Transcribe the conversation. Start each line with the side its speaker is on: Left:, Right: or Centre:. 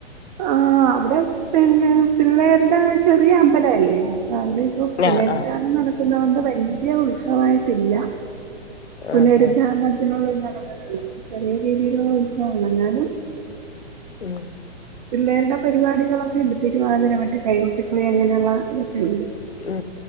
Right: ആ അവിടെ പിന്നെ പിള്ളേരുടെ ചെറിയ അമ്പല അല്ലേ അവടെക്കെ പുലർദാനം
Left: ആഹ് ആഹ്
Right: നടക്കുന്ന കൊണ്ട് വല്യ ഉത്സവായിട്ടില്ല പുനരുദ്ധാരണത്തിനുള്ള
Left: ആഹ് ആഹ്
Right: നട <unintelligible> ചെറിയ രീതിയിലുള്ള ഉസവമാണ് ന്നാലും
Left: ഉം
Right: പിള്ളേരുടെ പരിപാടികളൊക്കെ ഉണ്ട് തിരുവാതിര മറ്റേ കൈകൊട്ടിക്കളി അങ്ങനെയുള്ള ഇതൊക്കെ ഉണ്ട്
Left: ഉ